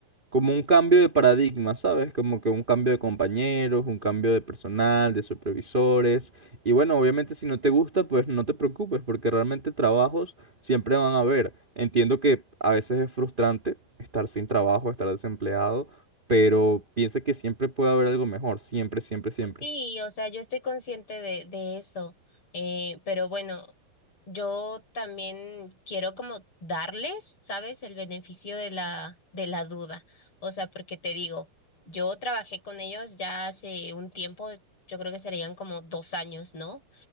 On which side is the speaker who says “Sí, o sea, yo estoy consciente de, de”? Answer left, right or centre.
Left